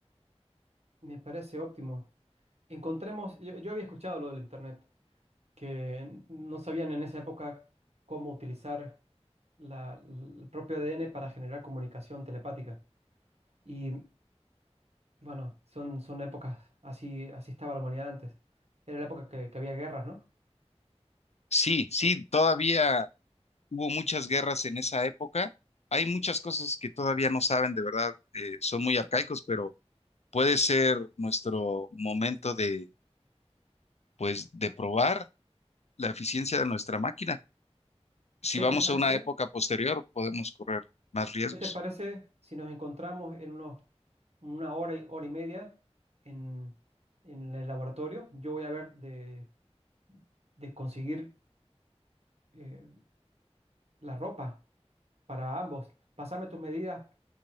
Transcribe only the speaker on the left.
Sí, sí, todavía hubo muchas guerras en esa época. Hay muchas cosas que todavía no saben, de verdad, eh, son muy arcaicos, pero puede ser nuestro momento de, pues, de probar la eficiencia de nuestra máquina. Si
vamos
a una época posterior, podemos correr más riesgos.